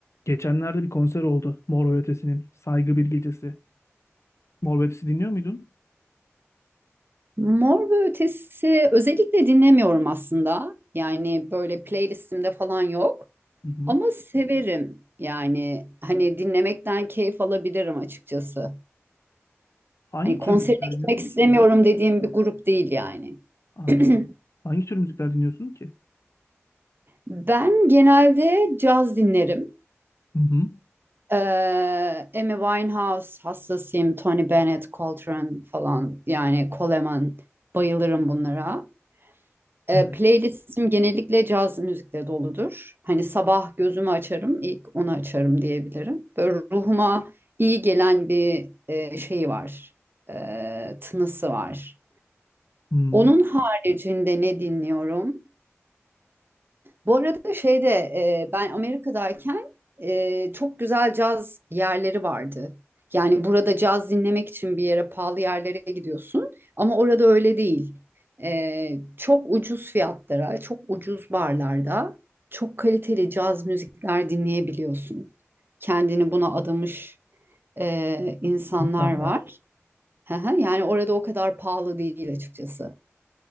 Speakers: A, on the left; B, on the right.
A: Geçenlerde bir konser oldu Mor ve Ötesi'nin. Saygı Bir Gecesi. Mor ve Ötesi dinliyor muydun?
B: Mor ve Ötesi özellikle dinlemiyorum aslında. Yani böyle playlistimde falan yok.
A: Hı hı.
B: Ama severim. Yani hani dinlemekten keyif alabilirim açıkçası.
A: Hangi
B: Hani konserine
A: tür müzikler dinliyorsun
B: gitmek istemiyorum
A: ki?
B: dediğim bir grup değil yani.
A: Anladım.
B: <clears throat>
A: Hangi tür müzikler dinliyorsun ki?
B: Ben genelde caz dinlerim.
A: Hı hı.
B: Ee, Amy Winehouse hastasıyım. Tony Bennett, Coltrane falan yani Coleman bayılırım bunlara. E,
A: Evet.
B: playlistim genellikle caz müzikle doludur. Hani sabah gözümü açarım, ilk onu açarım diyebilirim. Böyle ruhuma iyi gelen bir e, şeyi var, e, tınısı var.
A: Hmm.
B: Onun haricinde ne dinliyorum? Bu arada şeyde e, ben Amerika'dayken e, çok güzel caz yerleri vardı. Yani burada caz dinlemek için bir yere pahalı yerlere gidiyorsun ama orada öyle değil. E, çok ucuz fiyatlara, çok ucuz barlarda çok kaliteli caz müzikler dinleyebiliyorsun. Kendini buna adamış e, insanlar
A: İnsanlar.
B: var. Hı hı, Yani orada o kadar pahalı değil açıkçası.